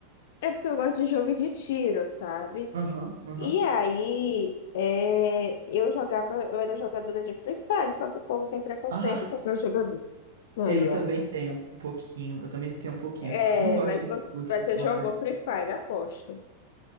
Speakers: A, on the left (about 55°); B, on the right (about 65°).
A: É porque eu gosto de jogo de tiro, sabe?
B: Aham, aham.
A: E aí, é, eu jogava, eu era jogadora de Free Fire, só que o povo tem preconceito
B: Ah,
A: contra eu jogador. Aí,
B: eu também
A: ó.
B: tenho um pouquinho. Eu também tenho um pouquinho.
A: É,
B: Eu não gosto
A: mas você,
B: de jogo de
A: mas
B: Free
A: você
B: Fire.
A: jogou Free Fire, aposto.